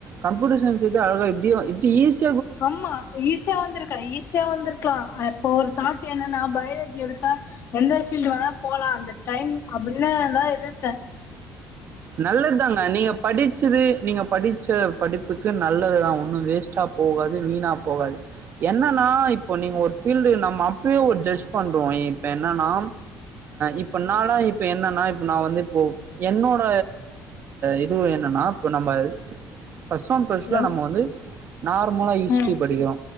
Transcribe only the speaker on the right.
கம்ப்யூட்டர் சயின்ஸ் வந்து அழகா இப்டி ஈஸி
நல்லது தாங்க நீங்க படிச்சது நீங்க படிச்ச படிப்புக்கு நல்லதுதா ஒன்னு வேஸ்ட்டா போகாது வீணா போகாது என்னன்னா இப்போ நீங்க ஒரு பீல்டு நம்ம அப்பயே ஒரு ஜட்ஜ் பண்றோ இப்ப என்னன்னா இப்பனால இப்ப என்னன்னா இப்ப ந வந்து இப்போ என்னோட ப் இது என்னன்னா இப்ப நம்ம ஃபஸ்ட ஒன் ஃபஸ்ட்ல
நம்ம வந்து நார்மலா ஹிஸ்ட்ரி
படிக்கிறோ